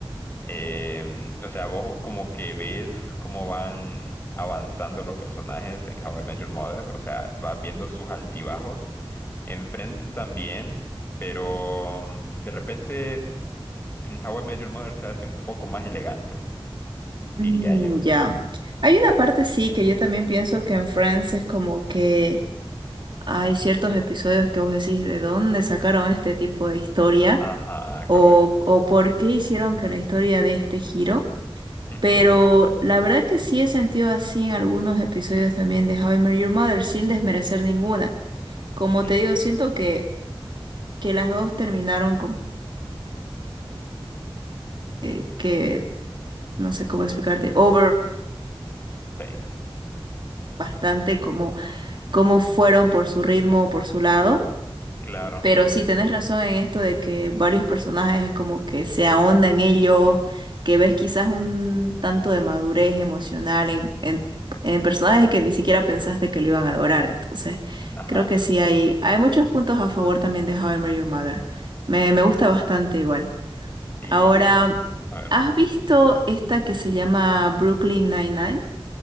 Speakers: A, on the left; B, on the right.
A: Em, o sea, vos como que ves cómo van avanzando los personajes en How I Met Your Mother. O sea, vas viendo sus altibajos. En Friends también, pero mm, de repente en How I Met Your Mother se hace un poco más elegante, diría
B: Mm,
A: yo.
B: ya. Hay una parte sí que yo también pienso que en Friends es como que hay ciertos episodios que vos decís de dónde sacaron este tipo de historia
A: Ajá,
B: o,
A: correcto.
B: o por qué hicieron que la historia dé este giro.
A: Ujú,
B: Pero la verdad que sí he sentido así en algunos episodios también de How I Met Your Mother sin desmerecer ninguna. Como
A: ujú,
B: te digo, siento que, que las dos terminaron como que, que, no sé cómo explicarte, over
A: sí,
B: bastante cómo fueron por su ritmo o por su lado.
A: claro.
B: Pero sí, tenés razón en esto de que varios personajes es como que se ahondan en ellos, que ves quizás un tanto de madurez emocional en, en, en personajes que ni siquiera pensaste que lo iban a lograr. Entonces,
A: Ajá,
B: creo que sí hay, hay muchos puntos a favor también de How I Met Your Mother. Me, me gusta bastante igual.
A: sí.
B: Ahora,
A: A ver.
B: ¿has visto esta que se llama Brooklyn Nine-Nine?